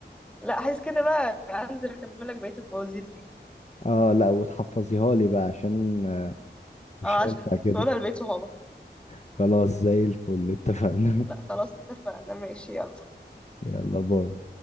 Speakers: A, in the centre; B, on the left.
A: لا عايز كده بقى انزل اكمل لك بقية الفوازير دي
B: اه لا وتحفظيها لي بقى عشان مش
A: اه
B: هينفع
A: عشان
B: كده
A: تقولها لبقية صحابك
B: خلاص زي الفل اتفقنا
A: لا خلاص اتفقنا ماشي يلا
B: <laughs> يلا باي